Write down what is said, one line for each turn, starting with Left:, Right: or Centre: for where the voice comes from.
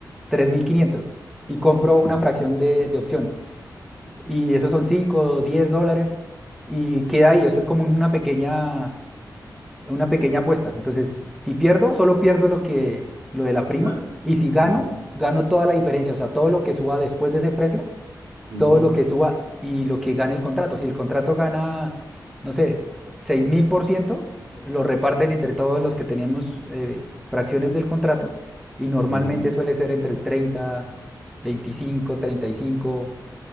Centre: tres mil quinientos y compro una
Right: ujú.
Centre: fracción de, de opción. Y esos son 5 o 10 dólares y queda ahí, eso es como una pequeña una pequeña apuesta. Entonces, si pierdo, solo pierdo lo que lo de la prima
Right: Claro.
Centre: y si gano,
Right: Ujú,
Centre: gano toda la diferencia, o sea, todo lo que suba después de ese precio,
Right: ujú,
Centre: todo lo que suba y lo que gane el contrato. Si el contrato gana, no sé, seis mil por ciento lo reparten entre todos los que tenemos eh, fracciones del contrato y normalmente
Right: ujú.
Centre: suele ser entre el treinta veinticinco treinta y cinco